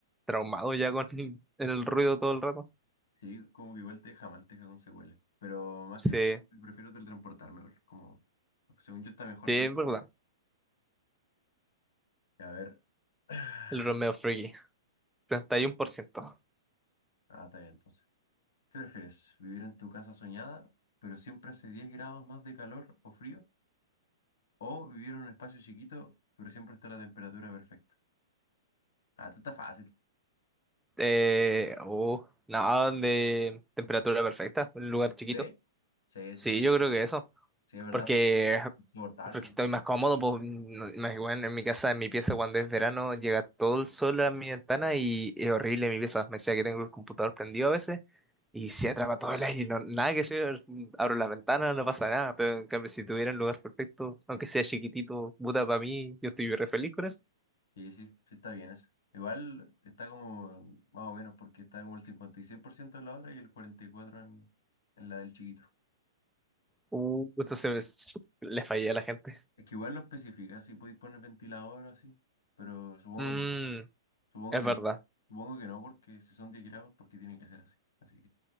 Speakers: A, in the centre; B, on the left (about 75°).
A: traumado ya con <laughs> el ruido todo el rato.
B: Sí, como que igual te deja mal, te deja con secuelas. Pero más
A: Sí,
B: que eso, prefiero teletransportarme, igual, Como, según yo está mejor
A: sí,
B: tele-
A: es verdad.
B: A ver. <sighs>
A: El Romeo Freaky, 31%.
B: Ah, está bien, entonces. ¿Qué prefieres? ¿Vivir en tu casa soñada, pero siempre hace 10 grados más de calor o frío? ¿O vivir en un espacio chiquito, pero siempre está la temperatura perfecta? Ah, esto está fácil.
A: Eh, uh, nada de temperatura perfecta, un lugar chiquito.
B: ¿Sí? Sí,
A: Sí,
B: sí, sí.
A: yo creo que eso.
B: Sí, es verdad,
A: Porque,
B: pues, insoportable.
A: porque estoy más cómodo, pues, no- más bueno, en mi casa, en mi pieza, cuando es verano, llega todo el sol a mi ventana y es horrible mi pieza. Me decía que tengo el computador prendido a veces y se atrapa todo el aire, no, nada que ver, abro las ventanas, no pasa nada, pero en cambio si tuviera un lugar perfecto, aunque sea chiquitito, puta, para mí, yo estoy re feliz con eso.
B: Sí, sí, sí está bien eso. Igual está como más o menos porque está como el 56% en la otra y el 44% en, en la del chiquito.
A: Uh, entonces <laughs> me- le fallé a la gente.
B: Es que igual no especifica si podéis poner ventilador o así, pero supongo
A: Mm,
B: que, supongo
A: es
B: que
A: verdad,
B: no, supongo que no porque si son 10 grados porque tiene que ser así. Así que